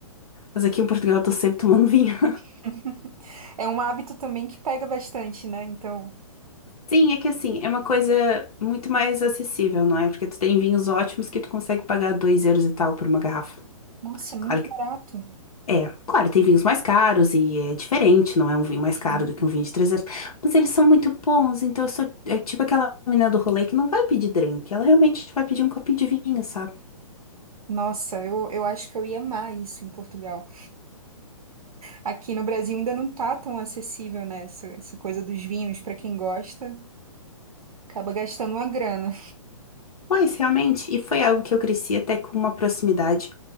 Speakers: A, on the left (about 85°); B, on the right (about 85°).
A: Mas aqui em Portugal eu tô sempre tomando vinho.
B: <laughs> É um hábito também que pega bastante, né? Então,
A: <laughs> Sim, é que assim, é uma coisa muito mais acessível, não é? Porque tu tem vinhos ótimos que tu consegue pagar 2 euros e tal por uma garrafa.
B: nossa, é muito
A: Claro que
B: barato.
A: É, claro, tem vinhos mais caros e é diferente, não é um vinho mais caro
B: Sim.
A: do que um vinho de 300. mas eles são muito bons, então eu sou é tipo aquela menina do rolê que não vai pedir drink, ela realmente vai pedir um copinho de vinho, sabe?
B: Nossa, eu, eu acho que eu ia amar isso em Portugal. Aqui no Brasil ainda não tá tão acessível, né? Essa, essa coisa dos vinhos, para quem gosta. Acaba gastando uma grana.
A: Mas realmente, e foi algo que eu cresci até com uma proximidade,